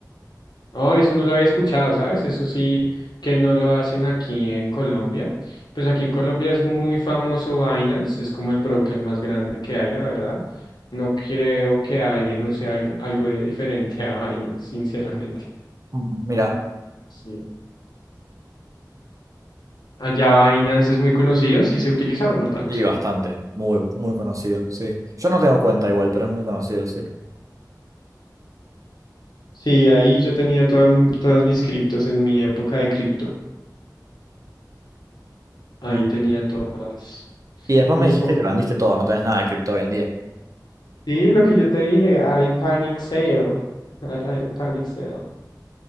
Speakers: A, on the left; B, on the right.
A: Oh, eso no lo había escuchado, ¿sabes? Eso sí que no lo hacen aquí en Colombia. Pues aquí en Colombia es muy famoso Binance, es como el broker más grande que hay, la verdad. No creo que alguien use algo, algo diferente a Binance, sinceramente.
B: Mm, Mira,
A: Sí. Allá Binance es muy conocido, sí se utiliza o no tanto.
B: sí, bastante, muy, muy conocido, sí. Yo no tengo cuenta igual, pero es muy conocido, sí.
A: Sí, ahí yo tenía toda mi- todas mis criptos en mi época de cripto. Ahí
B: Mm.
A: tenía todas
B: Y después
A: mis
B: me dijiste
A: monedas.
B: que vendiste todo, no tenés nada de cripto hoy en día.
A: Sí, lo que yo te dije, hay panic sale. Hay, hay panic sale.